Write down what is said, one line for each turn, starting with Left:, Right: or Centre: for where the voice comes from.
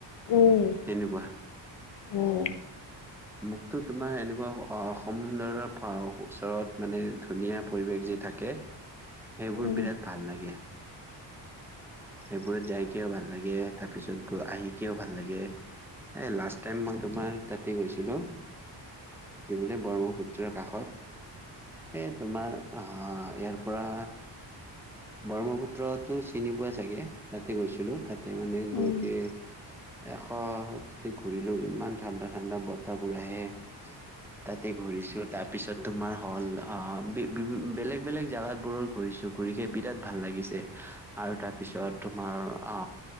Left: উম
Centre: তেনেকুৱা।
Left: উম
Centre: অ! মোকতো তোমাৰ এনেকুৱা অ সমুন্দৰৰ ওচৰত মানে ধুনীয়া পৰিৱেশ যে থাকে। সেইবোৰ
Left: উম
Centre: বিৰাট ভাল লাগে। সেইবোৰত যাইকেও ভাল লাগে। তাৰ পিছত আহিকেও ভাল লাগে। এ লাষ্ট টাইম মই তোমাৰ তাতে গৈছিলো। কি বোলে ব্ৰহ্মপুত্ৰৰ কাষত এই তোমাৰ অ ইয়াৰ পৰা বৰ্মপুত্ৰতো চিনি পোৱাই চাগে তাতে গৈছিলো। তা- তে মানে গৈ
Left: উম
Centre: কৈ শেষত তাতে ঘূৰিলো ইমান ঠাণ্ডা ঠাণ্ডা বতাবোৰ আহে। তাতে ঘুৰিছো। তাৰ পিছত তোমাৰ হল অ বি, বি, বি, বেলেগ বেলেগ জাগাত বোৰত ঘূৰিছো। ঘূৰি কে বিৰাট ভাল লাগিছে আৰু তাৰপিছত তোমাৰ অ